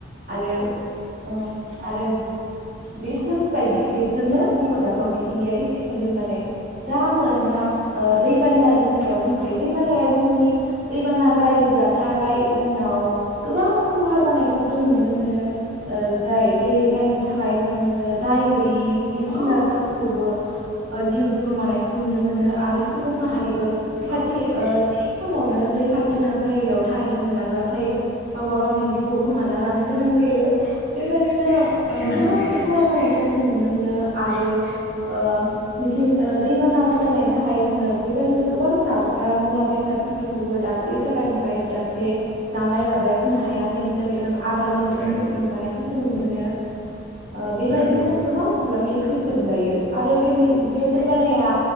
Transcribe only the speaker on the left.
औ
औ औ
नंगौ
नोंथां
नंगौ
नंगौ नंगौ
नोंथां
औ